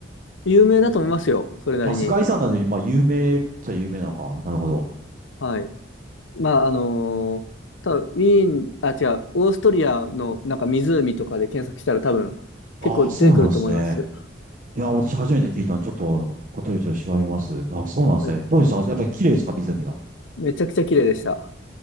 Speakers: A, on the left (about 85°); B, on the right (about 45°).
A: 有名だと思いますよ、それなりに。
B: あ、世界遺産なんで、まあ、有名っちゃ有名なのか。なるほど。
A: はい。まあ、あの、多分ウィーン、あ、違う、オーストリアのなんか湖とかで検索したら多分結構出てくると思います。
B: ああ、そうなんですね。いや、私初めて聞いたんで、ちょっと、ホテ調べます。あ、そうなんですね。
A: はい、
B: どうでしたやっぱり綺麗ですか、湖が。
A: めちゃくちゃ綺麗でした。